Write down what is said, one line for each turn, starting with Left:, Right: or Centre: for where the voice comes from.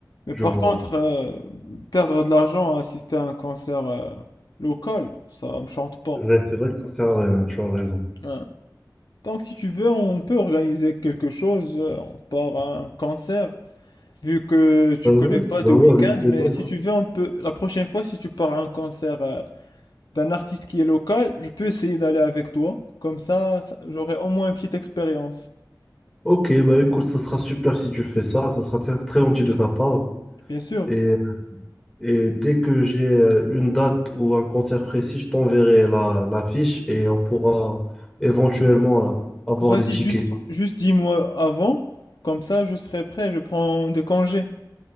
Left: Mais
Centre: je
Left: par
Centre: vois.
Left: contre, euh, perdre de l'argent à assister à un concert euh, local, ça me chante pas.
Centre: Ouais, C'est vrai que ça sert à rien, tu as raison.
Left: Ouais. Donc, si tu veux, on peut organiser quelque chose, euh, on part à un concert. Vu que tu
Centre: Bah oui,
Left: connais pas
Centre: bah
Left: The Weeknd,
Centre: oui, avec plaisir.
Left: mais si tu veux, on peut, la prochaine fois, si tu pars à un concert, euh, d'un artiste qui est local, je peux essayer d'aller avec toi. Comme ça, ça- j'aurai au moins une petite expérience.
Centre: Ok, bah écoute, ça sera super si tu fais ça, ça sera très très gentil de ta part.
Left: Bien sûr.
Centre: Et Et dès que j'ai euh, une date ou un concert précis, je t'enverrai la, la fiche et on pourra éventuellement euh, avoir
Left: Vas-y,
Centre: des tickets.
Left: juste, juste dis-moi avant. Comme ça, je serai prêt. Je prends des congés.